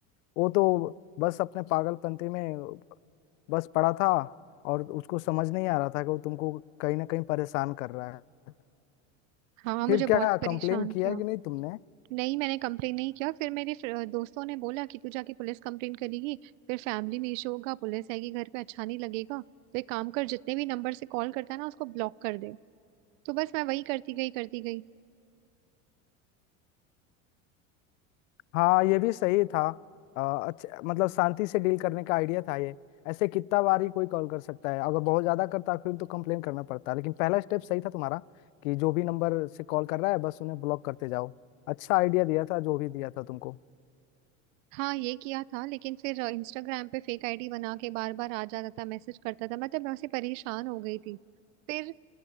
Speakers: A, on the left (about 80°); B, on the right (about 75°).
A: वो तो बस अपने पागलपंती में बस पड़ा था और उसको समझ नहीं आ रहा था कि वो तुमको कहीं ना कहीं परेशान कर रहा है
B: हाँ
A: फिर
B: मुझे बहुत
A: क्या
B: परेशान
A: कंप्लेन किया
B: किया
A: कि नहीं तुमने
B: नहीं मैंने कंप्लेन नहीं किया फिर मेरे फ्र- दोस्तों ने बोला कि तू जाके पुलिस कंप्लेन करेगी फिर फैमिली में इशू होगा पुलिस आएगी घर पे अच्छा नहीं लगेगा तो एक काम कर जितने भी नंबर से कॉल करता है ना उसको ब्लॉक कर दे तो बस मैं वही करती गई करती गई
A: हाँ ये भी सही था अ, अच्छा मतलब शांति से डील करने का आइडिया था ये ऐसे कितना बार ही कोई कॉल कर सकता है अगर बहुत ज्यादा करता फिर तो कंप्लेन करना पड़ता लेकिन पहला स्टेप सही था तुम्हारा कि जो भी नंबर से कॉल कर रहा है बस उन्हें ब्लॉक करते जाओ अच्छा आइडिया दिया था जो भी दिया था तुमको
B: हाँ ये किया था लेकिन फिर इंस्टाग्राम पे फेक आईडी बना के बार बार आ जाता था मैसेज करता था मतलब मैं उससे परेशान हो गई थी फिर